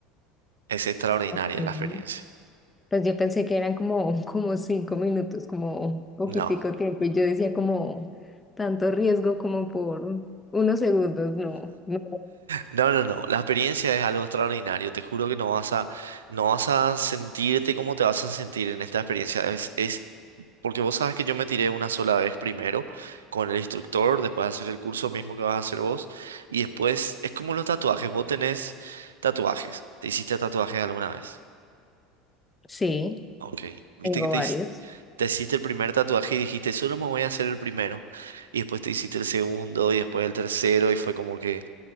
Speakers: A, on the right; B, on the left.
A: Es extraordinaria
B: Ok.
A: la experiencia.
B: Pues yo pensé que eran como, <laughs> como cinco minutos, como un poquitico
A: No,
B: tiempo, y yo decía como tanto riesgo como por unos segundos, no, no.
A: no, no, no. La experiencia es algo extraordinario. Te juro que no vas a, no vas a sentirte como te vas a sentir en esta experiencia. Es, es porque vos sabes que yo me tiré una sola vez primero con el instructor, después hacer el curso mismo que vas a hacer vos y después es como los tatuajes. Vos tenés tatuajes. ¿Te hiciste tatuajes alguna vez?
B: Sí,
A: Ok, viste
B: tengo
A: que te,
B: varios.
A: his- te hiciste el primer tatuaje y dijiste, solo me voy a hacer el primero. Y después te hiciste el segundo y después el tercero y fue como que